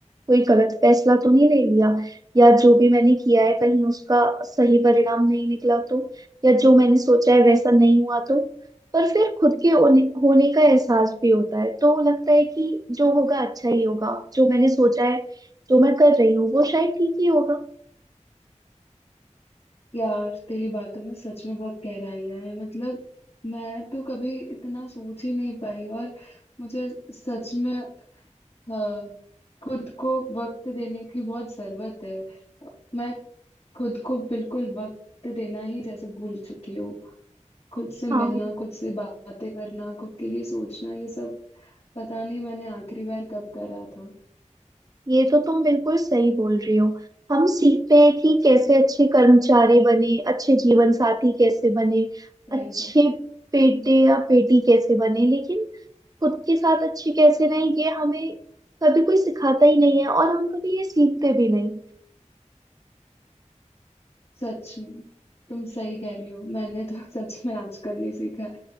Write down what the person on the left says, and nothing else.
यार तेरी बातों में सच में बहुत गहराइयां हैं मतलब मैं तो कभी इतना सोच ही नहीं पाई और मुझे सच में हाँ, खुद को वक्त देने की बहुत जरूरत है मैं खुद को बिल्कुल वक्त देना ही जैसे भूल चुकी हूँ खुद से
मिलना खुद से बातें करना खुद के लिए सोचना ये सब पता नहीं मैंने आखिरी बार कब करा था
सही
बात है हम्म।
सच में तुम सही कह रही हो मैंने तो <laughs> सच में आजकल नहीं सीखा है।